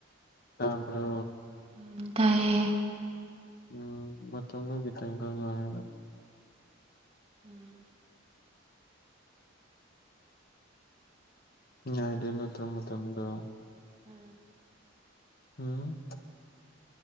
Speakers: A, on the left; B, on the right.
A: ꯇꯥꯕ꯭ꯔꯣ
B: ꯎꯝ ꯇꯥꯏꯌꯦ
A: ꯎꯝ ꯃꯇꯝꯗꯨ ꯈꯤꯇꯪꯒ ꯉꯥꯏꯌꯣ
B: ꯎꯝ
A: ꯉꯥꯏꯗꯣꯏ ꯅꯠꯇ꯭ꯔꯣ
B: ꯃꯥꯏ
A: ꯃꯇꯝꯗꯣ
B: ꯎꯝ
A: ꯍꯨꯝ